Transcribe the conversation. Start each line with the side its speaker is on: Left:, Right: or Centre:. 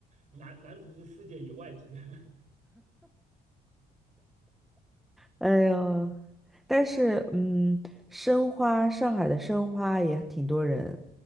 Right: 男男足是世界以外级的。<laughs>
Centre: 哎呦，但是嗯，申花，上海的申花也挺多人